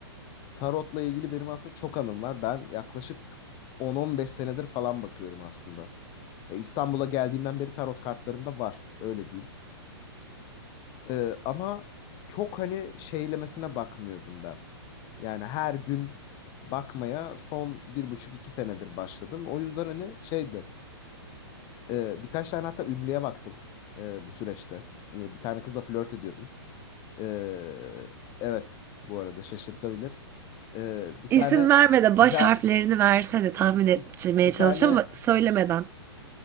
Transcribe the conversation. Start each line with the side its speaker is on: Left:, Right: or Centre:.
Left: tarotla ilgili benim aslında çok anım var. Ben yaklaşık on on beş senedir falan bakıyorum aslında. Ya İstanbul'a geldiğimden beri tarot kartlarım da var öyle diyeyim. Ee, ama çok hani şeylemesine bakmıyordum ben. Yani her gün bakmaya son bir buçuk iki senedir başladım. O yüzden hani şeydi e, birkaç tane hatta ünlüye baktım e, bu süreçte. E, bir tane kızla flört ediyordum. Ee, evet bu arada şaşırtabilir. Ee, bir
Right: İsim
Left: tane
Right: verme de baş
Left: za-
Right: harflerini verse de tahmin etmeye
Left: bir, bir
Right: çalışacağım
Left: tane
Right: ama söylemeden.